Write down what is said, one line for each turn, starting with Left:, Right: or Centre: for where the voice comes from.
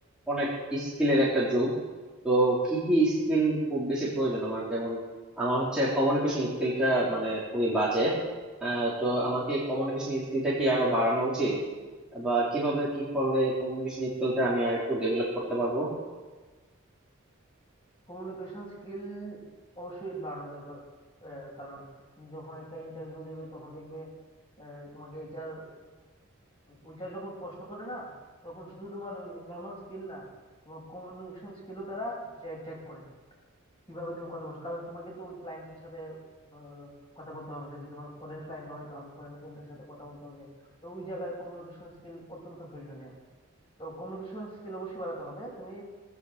Centre: অনেক স্কিলের একটা যুগ তো কি কি স্কিল খুব বেশি প্রয়োজন আমার যেমন আমার হচ্ছে কমিউনিকেশন স্কিলটা মানে খুবই বাজে আহ, তো আমার কি কমিউনিকেশন স্কিলটা কি আরো বাড়ানো উচিত বা কিভাবে কি করলে এই কমিউনিকেশন স্কিলটা আমি আর একটু ডেভেলপ করতে পারবো
Left: কমিউনিকেশন স্কিল অবশ্যই বাড়ানো দরকার আহ, কারণ তুমি যখন একটা ইন্টারভিউ দেবে তখন দেখবে আহ, তোমাকে এইচআর ওইচআর যখন প্রশ্ন করে না তখন শুধু তোমার ওই নর্মাল স্কিল না তোমার কমিউনিকেশন স্কিলও তারা চেক করে কিভাবে তুমি কথা বলছো কারণ তোমাকে তো ওই ক্লায়েন্টের সাথে আহ, কথা বলতে হবে যদি তোমার ফরেন ক্লায়েন্ট হয় তাহলে ফরেন ক্লায়েন্টের সাথে কথা বলতে হবে তো ওই জায়গায় কমিউনিকেশন স্কিল অত্যন্ত প্রয়োজনীয় তো কমিউনিকেশন স্কিল অবশ্যই বাড়াতে হবে তুমি